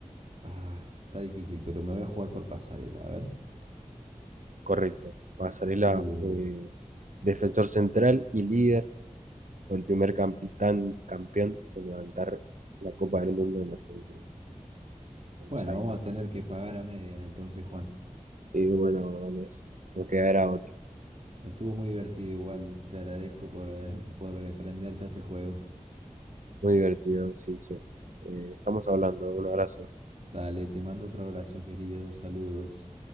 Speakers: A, on the right; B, on the right.
A: Ah, está difícil, pero me voy a jugar por Pasarela, a ver.
B: Correcto. Pasarela
A: Uh,
B: fue defensor central y líder Fue el primer capitán campeón en levantar la Copa del Mundo en Argentina, en Buenos
A: bueno,
B: Aires.
A: vamos a tener que pagar a medias entonces, Juan.
B: Y bueno, Andrés, nos quedará otro.
A: Estuvo muy divertido igual, te agradezco por, eh, por eh, prenderte a este juego.
B: Muy divertido, sí, che. Eh, estamos hablando. Un abrazo.
A: Dale, te mando otro abrazo, querido. Saludos.